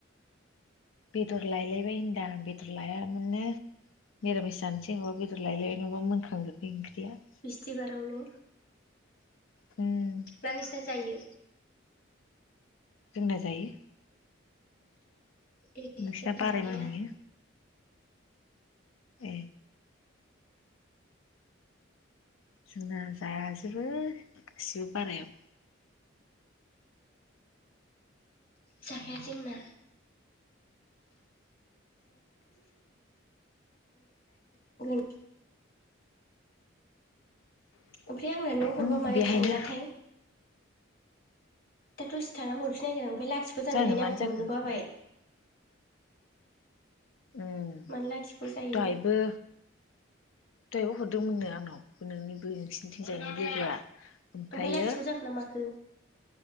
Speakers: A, on the left; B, on the left.
A: बेदर लायलायबाय होनदां बेदर लायामोननो। मेरामिस जानोसै नबा बेदर लायलायबाय नङाबा मोनखांजोबाय ओंख्रिया।
B: बिस्थिबारावनो।
A: ओम
B: ना नोंसिना जायो?
A: जोंना जायो।
B: <inaudible>
A: नोंसिना
B: जोंना
A: बाराय
B: जाया
A: मानियो? ए जुंना जाजोबो गासिबो बारायाव।
B: जाखाया जोंना <unintelligible> <unintelligible> ओमफ्राय आंना न' हरबा
A: उम
B: मानो
A: बेहायनो
B: थांलाथाय? दा दसे थाना हरफिन नायगोन आं ओमफ्राय लाथिख' जानायखायनो
A: जानो मानो
B: आं हरनो
A: जाखो
B: बाबाय।
A: ओम
B: मानो लाथिख' जायो
A: दहायबो दहायबो हरदोंमोननो आंनाव नोंनि बै <unintelligible> ओमफ्रायो
B: ओमफ्राय लाथिख' जाखो ना माखो